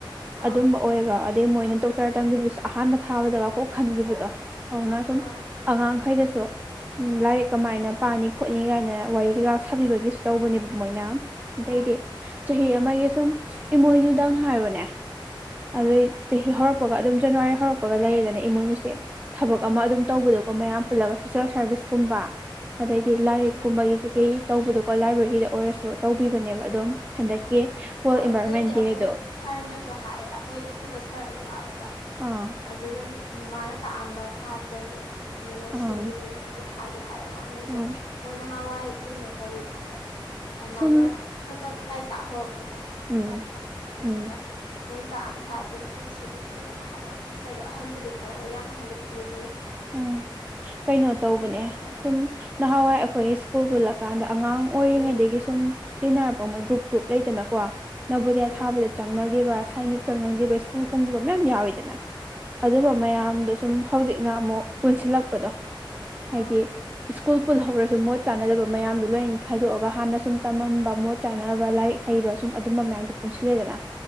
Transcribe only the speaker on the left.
ꯑꯥ
ꯑꯥ
ꯑꯣ
ꯍꯣꯏ
ꯑꯥ
ꯎꯝ
ꯑꯣ
ꯍꯣꯏ
ꯑꯗꯨꯅꯅꯦ ꯑꯩꯈꯣꯏ
ꯁꯥꯔꯅꯁꯨ ꯍꯥꯏꯌꯦ ꯑꯩꯈꯣꯏ ꯁ꯭ꯀꯨꯜꯗ ꯁꯥꯔ ꯑꯃ ꯌꯥꯎꯋꯦꯕ
ꯑꯗꯨꯅꯁꯨ ꯃꯥꯅ ꯇꯥꯛꯑꯝꯕ ꯁꯥꯇ꯭ꯔꯅꯤ ꯑꯗꯨꯅ
ꯁꯤꯜꯂꯤꯅꯤꯅ ꯍꯥꯏꯗꯤ ꯍꯥꯏꯕ ꯃꯥꯅꯁꯨ
ꯃꯣꯏ ꯅꯍꯥꯟꯋꯥꯏ ꯀꯩꯅꯣ ꯇꯧꯔꯤꯀꯥꯟꯗ ꯃꯥꯅ
ꯀꯛ ꯀꯛ ꯂꯥꯏ ꯇꯥꯛꯍꯧꯔꯛꯄꯗꯣ
ꯁꯥꯇ꯭ꯔꯥ ꯑꯗꯨꯗ
ꯃꯣꯏꯅ ꯇꯥꯛꯑ ꯁꯥꯠꯇ꯭ꯔꯅꯤ ꯑꯗꯨꯅ ꯁꯤꯂꯤ ꯇꯣꯜꯂꯒ ꯍꯥꯏꯕ ꯑꯩꯈꯣꯏ ꯁꯔꯗꯣ ꯑꯍꯟꯕꯨꯗꯤ ꯈꯔ ꯑꯣꯏ ꯌꯥꯝ ꯑꯍꯟꯕꯨꯗꯤ ꯑꯣꯏꯗꯔꯤ
ꯑꯗꯨꯅꯁꯨ ꯍꯥꯏꯕ
ꯎꯝ
ꯎꯝ
ꯑꯥ
ꯑꯥ